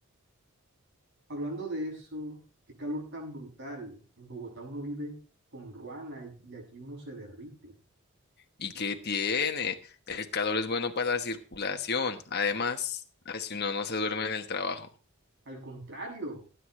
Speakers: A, on the right; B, on the left.
A: Hablando de eso, qué calor tan brutal. En Bogotá uno vive con ruana y y aquí uno se derrite.
B: ¿Y qué tiene? El calor es bueno para la circulación. Además, así uno no se duerme en el trabajo.
A: Al contrario,